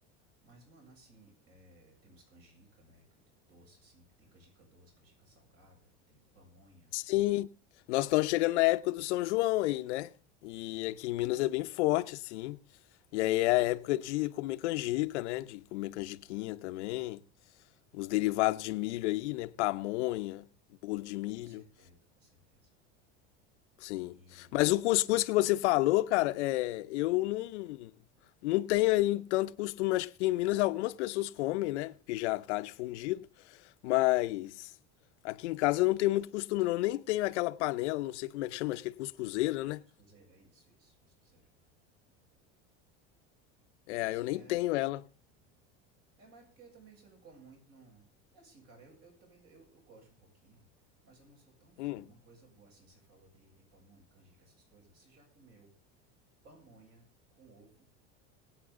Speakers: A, on the right; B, on the left.
A: Mas, mano, assim, é, temos canjica, né? que- Doce, assim, que tem canjica doce, canjica salgada, tem pamonha.
B: Sim, nós estamos chegando na época do São João aí, né? E
A: Hum,
B: aqui em Minas é bem forte assim. E aí é a época de comer canjica, né? De comer canjiquinha também. os derivados de milho aí, né? Pamonha, bolo de milho,
A: Ah, com certeza, com certeza.
B: sim.
A: E,
B: Mas o cuscuz
A: e aí,
B: que você falou, cara, é, eu não, não tenho aí tanto costume. Acho que em Minas algumas pessoas comem, né? Porque já tá difundido, mas aqui em casa eu não tenho muito costume, não. Eu nem tenho aquela panela, não sei como é que chama, acho que é cuscuzeira, né?
A: cuscuzeira, é isso, isso, cuscuzeira.
B: É,
A: É assim,
B: eu nem
A: é.
B: tenho ela.
A: É, mas é porque também você não come muito, não. É assim, cara, eu, eu também eu, eu gosto um pouquinho, mas eu não sou tão fã.
B: Hum.
A: Uma coisa boa, assim, você falou de, de pamonha, canjica, essas coisas. Você já comeu Pamonha com ovo